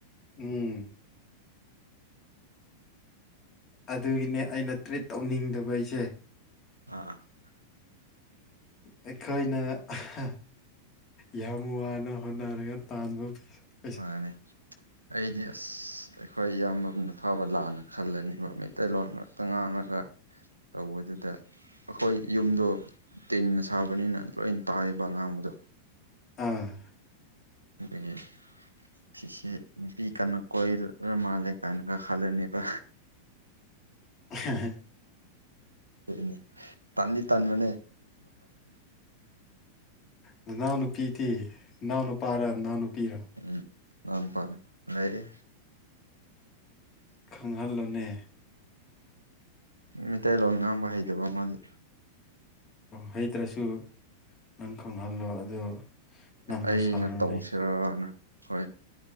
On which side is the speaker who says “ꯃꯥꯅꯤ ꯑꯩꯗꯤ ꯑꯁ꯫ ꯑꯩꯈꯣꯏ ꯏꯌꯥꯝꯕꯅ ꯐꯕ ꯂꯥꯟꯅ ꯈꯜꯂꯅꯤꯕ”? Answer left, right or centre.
Right